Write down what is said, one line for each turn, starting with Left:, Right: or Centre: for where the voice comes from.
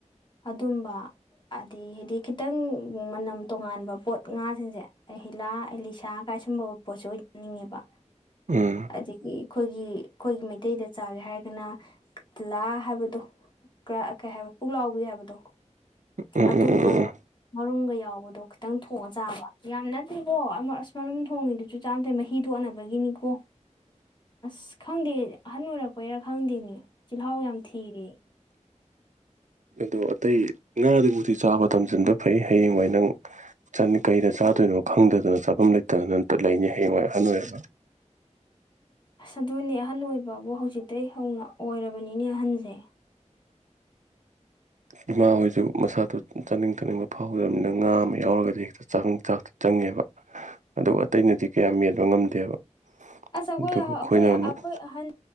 Left: ꯑꯗꯨꯝꯕ ꯑꯗꯤ ꯍꯥꯏꯗꯤ ꯈꯤꯇꯪ ꯃꯅꯝ ꯇꯣꯉꯥꯟꯕ ꯄꯣꯠ ꯉꯥꯖꯤꯡꯁꯦ ꯑꯍꯤꯂꯥ ꯑꯦꯂꯤꯁꯥ ꯀꯥꯏ ꯁꯨꯝꯕ ꯄꯣꯠꯁꯦ ꯑꯣꯏ ꯆꯅꯤꯡꯉꯦꯕ
Right: ꯎꯝ
Left: ꯑꯗꯒꯤ ꯑꯩꯈꯣꯏꯒꯤ ꯑꯩꯈꯣꯏꯒꯤ ꯃꯩꯇꯩꯗ ꯆꯥꯒꯦ ꯍꯥꯏꯔꯒꯅ ꯀꯠꯂꯥ ꯍꯥꯏꯕꯗꯣ ꯀꯩ ꯍꯥꯏꯕ ꯄꯨꯛꯂꯥꯎꯕꯤ ꯍꯥꯏꯕꯗꯣ
Right: ꯎꯝ
Left: ꯑꯗꯨꯗꯣ
Right: ꯎꯝ ꯎꯝ ꯎꯝ ꯎꯝ
Left: ꯃꯔꯨꯝꯒ ꯌꯥꯎꯕꯗꯣ ꯈꯤꯇꯪ ꯊꯣꯡꯉꯥ ꯆꯥꯕ ꯌꯥꯝ ꯅꯠꯇꯦꯀꯣ ꯑꯁ ꯃꯔꯨꯝ ꯊꯣꯡꯉꯤꯗꯨꯁꯨ ꯆꯥꯝꯗꯩ ꯃꯍꯤ ꯇꯣꯠꯅꯥꯕꯒꯤꯅꯤꯀꯣ
Right: <inaudible>
Left: ꯑꯁ ꯈꯪꯗꯦ ꯑꯍꯟ ꯑꯣꯏꯔꯛꯄꯩꯔꯥ ꯈꯪꯗꯦꯅꯦ ꯆꯤꯜꯍꯥꯎ ꯌꯥꯝ ꯊꯤꯔꯦ
Right: ꯑꯗꯣ ꯑꯇꯩ ꯉꯥꯗꯨꯕꯨꯗꯤ ꯆꯥꯕ ꯇꯝꯁꯤꯟꯕ ꯐꯩ ꯍꯌꯦꯡ ꯋꯥꯏ ꯅꯪ ꯀꯩꯗ ꯆꯥꯗꯣꯏꯅꯣ ꯈꯪꯗꯗꯅ ꯆꯥꯐꯝ ꯂꯩꯇꯗꯅ ꯂꯩꯅꯤ ꯍꯌꯦꯡ ꯋꯥꯏ ꯑꯍꯟ ꯑꯣꯏꯔꯒ
Left: ꯑꯁ ꯑꯗꯨꯅꯦ ꯑꯍꯟ ꯑꯣꯏꯕꯕꯨ ꯍꯧꯖꯤꯛꯇꯩ ꯍꯧꯅ ꯑꯣꯏꯔꯕꯅꯤꯅꯦ ꯑꯍꯟꯖꯦ
Right: ꯏꯃꯥꯍꯣꯏꯖꯨ ꯃꯁꯥꯗꯣ ꯆꯥꯅꯤꯡ ꯊꯥꯅꯤꯡꯕ ꯐꯥꯎꯗ꯭ꯔꯕꯅꯤꯅ ꯉꯥ ꯑꯃ ꯌꯥꯎꯔꯒꯗꯤ ꯍꯦꯛꯇ ꯆꯥꯛꯍꯣꯡ ꯆꯥꯛ ꯆꯪꯉꯦꯕ ꯑꯗꯨ ꯑꯇꯩꯅꯗꯤ ꯀꯌꯥ ꯃꯦꯟꯕ ꯉꯝꯗꯦꯕ
Left: ꯑꯁ ꯑꯩꯈꯣꯏ
Right: ꯑꯗꯨꯒ ꯑꯩꯈꯣꯏꯅ
Left: ꯑꯩꯈꯣꯏ
Right: ꯑꯃꯨꯛ
Left: ꯑꯩꯈꯣꯏ ꯑꯍꯟ